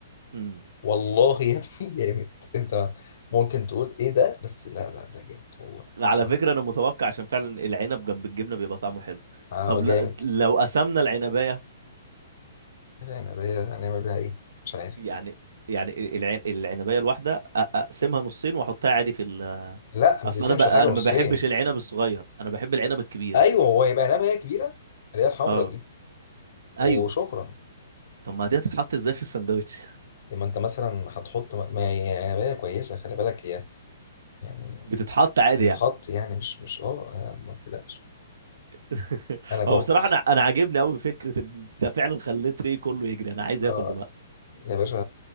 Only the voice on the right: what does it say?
مم.
على
فكرة انا متوقع عشان فعلا العنب جنب الجبنة بيبقى طعمه حلو
طب
لا لو قسمنا العنباية
يعني يعني العن... العنباية الواحدة أ- اقسمها نصين واحطها عادي في ال
اصل
انا ب... انا
ما بحبش العنب الصغير انا بحب العنب الكبير
اه
ايوه طب ما دي هتتحط ازاي في الساندوتش
<laughs> بتتحط عادي
يعني
<laughs>
هو بصراحة أنا أنا عاجبني أوي فكرة إن ده فعلا خليت ريه كله يجري أنا عايز آكل
دلوقتي